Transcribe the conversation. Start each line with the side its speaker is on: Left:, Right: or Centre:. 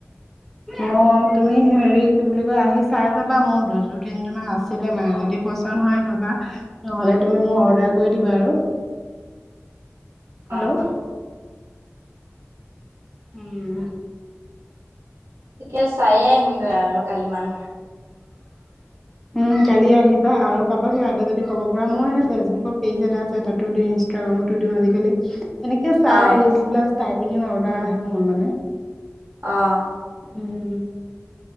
Centre: অ তুমি হেৰি কি বুলি কয় আহি চাই যাবা। মোৰ দুযোৰ তিন জোৰ মান আছিলে মানে। যদি পচন্দ হয় লবা। নহলে তুমি মোক অৰ্ডাৰ কৰি দিবা আৰু। হেল্ল'
Right: আহ
Centre: উম।
Right: তাকে চায়ে আহিমগৈ আৰু কালি মান <inaudible>
Centre: উম, কালি আহিবা আৰু কাৰোবাক লাগে যদি ক'ব পৰা। মোৰ এনে ফেচবুকৰ পেজ এটা আছে তাতো দি ইনষ্টাগ্ৰাম। আজিজালি এনেকে চাই,
Right: অ',
Centre: ৰীলচবিলাক চাই পিনিও অৰ্ডাৰ আহে মোৰ মানে।
Right: অ'।
Centre: উম